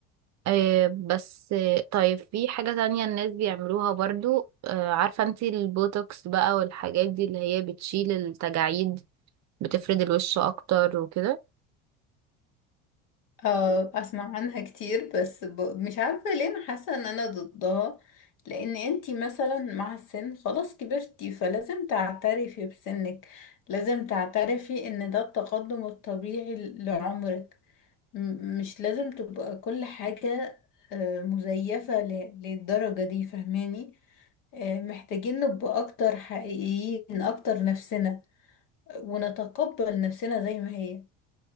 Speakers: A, on the right; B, on the left.
A: آه، بس آه، طيب في حاجة تانية الناس بيعملوها برضو آه، عارفة انت البوتوكس بقى والحاجات دي اللي هي بتشيل التجاعيد بتفرد الوش اكتر وكده
B: اه اسمع عنها كتير بس ب... مش عارفة ليه انا حاسة ان انا ضدها لان انتي مثلا مع السن خلاص كبرتي فلازم تعترفي بسنك لازم تعترفي ان ده التقدم الطبيعي ل- لعمرك م- مش لازم تبقى كل حاجة آه، مزيفة ل- للدرجة دي فهماني آه، محتاجين نبقى أكتر حقيقيين أكتر نفسنا ونتقبل نفسنا زي ما هي